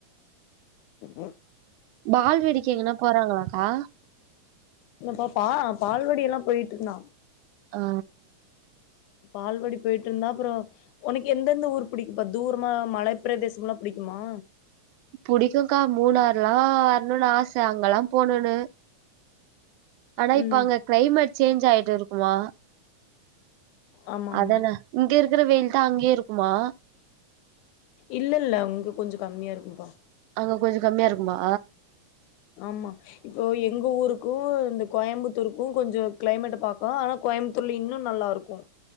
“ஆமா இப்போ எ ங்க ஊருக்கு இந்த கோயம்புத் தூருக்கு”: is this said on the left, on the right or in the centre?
Left